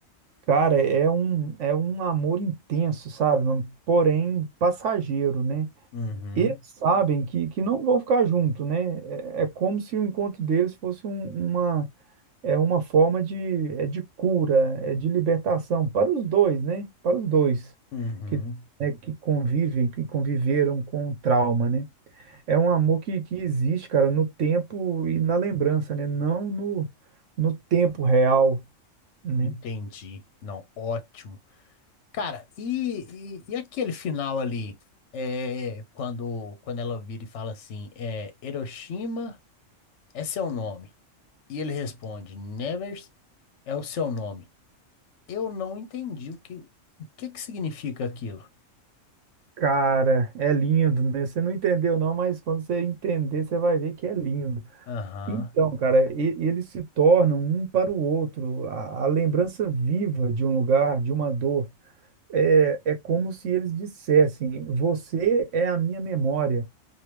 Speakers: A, on the right (about 70°); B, on the left (about 65°).
A: cara, é um, é um amor intenso, sabe? Porém passageiro, né?
B: Uhum,
A: eles sabem que, que não vão ficar juntos, né? É, é como se o encontro deles fosse um- uma, é uma forma de, é de cura, é de libertação para os dois, né? Para os dois
B: uhum.
A: que, né, que convivem, que conviveram com o trauma, né? É um amor que, que existe, cara, no tempo e na lembrança, né? Não no, no tempo real, né?
B: Entendi. Não, ótimo. Cara, e, e, e aquele final ali, é, quando, quando ela vira e fala assim, é, Hiroshima é seu nome. E ele responde, Nevers é o seu nome. Eu não entendi o que, o que que significa aquilo.
A: Cara, é lindo, né? Você não entendeu não, mas quando você entender, você vai ver que é lindo.
B: Aham.
A: Então, cara, e- eles se tornam um para o outro, a, a lembrança viva de um lugar, de uma dor. É, é como se eles dissessem: Você é a minha memória.